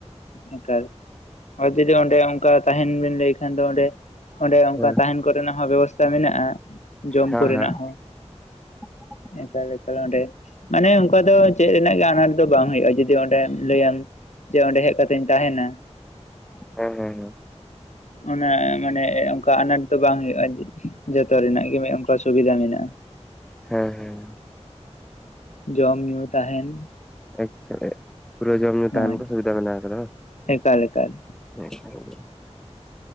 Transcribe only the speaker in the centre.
ᱦᱮᱸ
ᱦᱮᱸ
<inaudible>
ᱦᱮᱸ ᱦᱮᱸ ᱦᱮᱸ ᱦᱮᱸ
ᱦᱮᱸ ᱦᱮᱸ᱾
<unintelligible> ᱯᱩᱨᱟᱹ ᱡᱚᱢ ᱧᱩ ᱛᱟᱦᱮᱱ
ᱠᱚ ᱥᱩᱵᱤᱫᱟ ᱢᱮᱱᱟᱜ ᱟᱠᱟᱫᱟ᱾
<unintelligible>